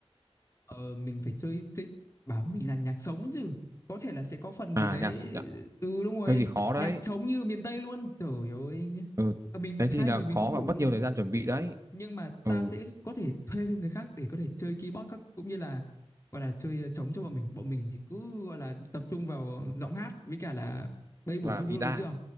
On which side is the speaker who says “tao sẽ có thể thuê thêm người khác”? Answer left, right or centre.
Left